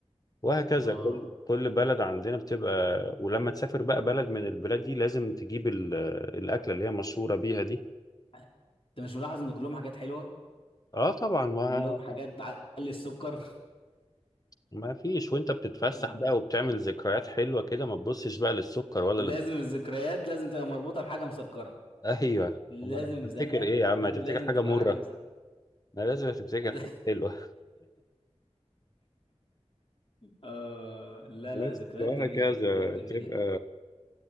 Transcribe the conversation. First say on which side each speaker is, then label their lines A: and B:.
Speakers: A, on the left; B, on the left.
A: وهكذا
B: الله
A: كل كل بلد عندنا بتبقى ولما تسافر بقى بلد من البلاد دي لازم تجيب ال- الأكلة اللي هي مشهورة بيها دي
B: انت مش ملاحظ ان كلهم حاجات حلوه
A: اه طبعا ما
B: كلهم حاجات تعلي السكر
A: ما فيش وانت بتتفسح
B: آه.
A: بقى وبتعمل ذكريات حلوة كده ما تبصش بقى للسكر ولا
B: لازم الذكريات لازم تبقى مربوطة بحاجة مسكرة
A: ايوه
B: لازم
A: امال هتفتكر
B: زمان
A: ايه يا عم
B: <laughs>
A: هتفتكر
B: لازم
A: حاجه
B: تبقى
A: مره
B: حاجة مسكرة
A: ما لازم تفتكر
B: <laughs>
A: حاجه حلوه
B: آه لا
A: <laughs> بس
B: لا ذكريات
A: وهكذا
B: جميلة ذكريات جميلة
A: تبقى
B: جدا